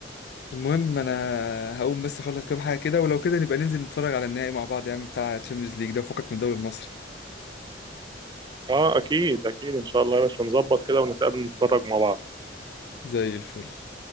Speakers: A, on the left (about 60°); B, on the right (about 25°).
A: المهم أنا هقوم بس أخلص كام حاجة كده ولو كده نبقى ننزل نتفرج على النهائي مع بعض يا عم بتاع تشامبيونز ليج ده وفكك من الدوري المصري
B: اه اكيد اكيد ان شاء الله يا باشا نظبط كده ونتقابل نتفرج مع بعض
A: زي الفل